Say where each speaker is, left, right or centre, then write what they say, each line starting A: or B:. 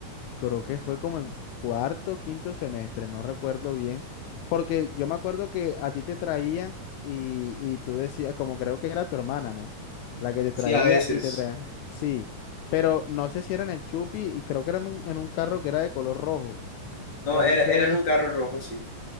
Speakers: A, on the left; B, on the left.
A: creo que fue como en cuarto, quinto semestre, no recuerdo bien, porque yo me acuerdo que a ti te traían y, y tú decías, como creo que era tu hermana, ¿no? La que te
B: Sí,
A: traía
B: a veces.
A: y te traía, sí, pero no sé si era en el Chupi y creo que era en un, en un carro que era de color rojo.
B: No,
A: Entonces,
B: era, era en un carro rojo, sí.